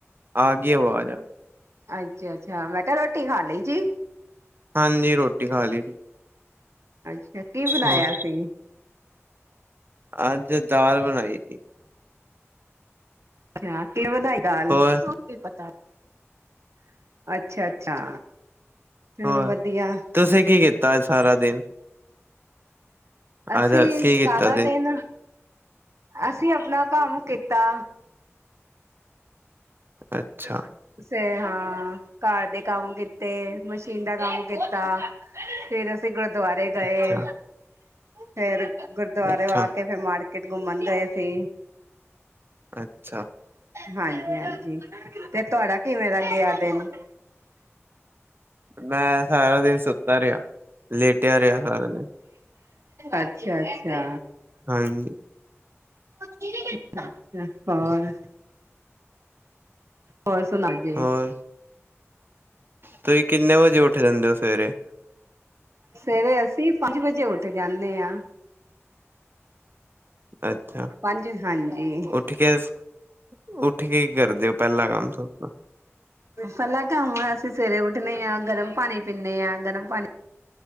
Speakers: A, on the right (about 45°); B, on the right (about 70°).
A: ਆ ਗਈ ਆਵਾਜ।
B: ਅੱਛਾ, ਅੱਛਾ ਮੈਂ ਕਿਹਾ ਰੋਟੀ ਖਾ ਲਈ ਜੀ।
A: ਹਾਂਜੀ, ਰੋਟੀ ਖਾ ਲਈ ਸੀ।
B: ਅੱਛਾ, ਕੀ ਬਣਾਇਆ
A: ਹੋਰ
B: ਸੀ?
A: ਅੱਜ ਦਾਲ ਬਣਾਈ ਤੀ।
B: ਅੱਛਾ ਕਿ ਵਧਾਈ ਦਾਲ।
A: ਹੋਰ
B: ਕੀ ਪਤਾ ਨਹੀ ਅੱਛਾ-ਅੱਛਾ ਚਲੋ
A: ਹੋਰ
B: ਵਧੀਆ।
A: ਤੁਸੀਂ ਕੀ ਕੀਤਾ ਸਾਰਾ ਦਿਨ?
B: ਅਸੀਂ
A: ਅੱਜ ਕੀ ਕੀਤਾ
B: ਸਾਰਾ ਦਿਨ ਅਸੀਂ ਆਪਣਾ ਕੰਮ ਕੀਤਾ।
A: ਅੱਛਾ।
B: ਤੁੇ ਹਾਂ, ਘਰ ਦੇ ਕੰਮ ਕੀਤੇ ਮਸ਼ੀਨ ਦਾ ਕੰਮ ਕੀਤਾ। ਫੇਰ ਅਸੀਂ ਗੁਰਦੁਆਰੇ ਗਏ,
A: ਅੱਛਾ
B: ਫੇਰ ਗੁਰਦੁਆਰੇ
A: ਅੱਛਾ
B: ਆ ਕੇ ਫਰ ਮਾੜ ਘੁੰਮਣ ਗਏ ਸੀ।
A: ਅੱਛਾ।
B: ਹਾਂਜੀ-ਹਾਂਜੀ, ਤੇ ਤੁਹਾਡਾ ਕਿਵੇਂ ਦਾ ਗਿਆ ਦਿਨ?
A: ਮੈਂ ਸਾਰਾ ਦਿਨ ਸੁੱਤਾ ਰਿਹਾ। ਲੇਟਿਆ ਰਿਹਾ ਸਾਰਾ ਦਿਨ
B: ਅੱਛਾ-ਅੱਛਾ।
A: ਹਾਂਜੀ।
B: ਅੱਛਾ ਹੋਰ ਹੋ ਸੁਣਾਓ? ਜੀ
A: ਹੋਰ ਤੁਸੀਂ ਕਿੰਨੇ ਵੱਜੇ ਉੱਠ ਜਾਂਦੇ ਹੋ ਸਵੇਰੇ?
B: ਸਵੇਰੇ ਅਸੀਂ ਪੰਜ ਵਜੇ ਉੱਠ ਜਾਂਦੇ ਹਾਂ।
A: ਅੱਛਾ
B: ਪੰਜ ਹਾਂਜੀ
A: ਉਠਕੇ ਉੱਠ ਕੇ ਹੀ ਕਰਦੇ ਹੋ, ਪਹਿਲਾ ਕੰਮ ਸਬ ਤੋ?
B: ਪਹਿਲਾ ਕੰਮ ਅਸੀਂ ਸਵੇਰੇ ਉੱਠੇ ਆ, ਗਰਮ ਪਾਣੀ ਪੀਂਦੇ ਹਾਂ ਗਰਮ ਪਾਣੀ